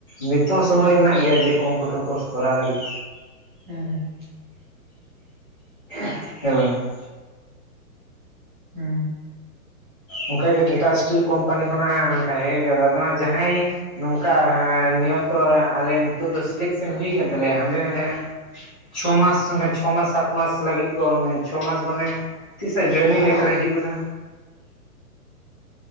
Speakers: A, on the left (about 25°); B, on the right (about 35°).
A: ᱱᱤᱛᱚᱜ ᱦᱚᱸ
B: ᱟᱪᱪᱷᱟ
A: ᱥᱳᱚᱢᱚᱭ
B: ᱟᱪᱪᱷᱟ
A: ᱢᱮᱱᱟᱜ ᱜᱮᱭᱟ, ᱡᱮ ᱠᱚᱢᱯᱤᱭᱩᱴᱟᱨ ᱠᱳᱨᱥ ᱠᱚᱨᱟᱣ ᱞᱟᱹᱜᱤᱫ
B: ᱦᱮᱸ ᱦᱮᱸ <unintelligible>
A: <unintelligible>
B: ᱦᱮᱸ ᱾
A: ᱚᱱᱠᱟ ᱜᱮ ᱴᱟᱴᱟ ᱤᱥᱴᱤᱞ ᱠᱳᱢᱯᱟᱱᱤ ᱠᱷᱚᱱᱟᱜ ᱚᱱᱠᱟᱭ ᱦᱮᱡ ᱠᱟᱫᱟ, ᱟᱫᱚ ᱦᱟᱸᱜ ᱡᱟᱦᱟᱸᱭ ᱼᱼ ᱱᱚᱝᱠᱟ ᱱᱤᱭᱚᱛᱚ ᱟᱞᱮ ᱱᱤᱛᱚᱜ ᱫᱚ ᱥᱤᱞᱮᱠᱥᱮᱱ ᱦᱩᱭ ᱠᱟᱱ ᱛᱟᱞᱮᱭᱟ ᱦᱟᱸᱰᱮ ᱱᱟᱰᱮ ᱦᱟᱸᱜ ᱼᱼ ᱪᱷᱚ ᱢᱟᱥ ᱪᱷᱚ ᱢᱟᱥ ᱥᱟᱛ ᱢᱟᱥ ᱞᱟᱹᱜᱤᱫ ᱠᱚ ᱪᱷᱚ ᱢᱟᱥ ᱢᱟᱱᱮ ᱼᱼ ᱛᱤᱥᱚᱜ ᱡᱚᱭᱮᱱᱤᱝ ᱞᱮᱴᱟᱨ ᱦᱤᱡᱩᱜ ᱠᱟᱱᱟ?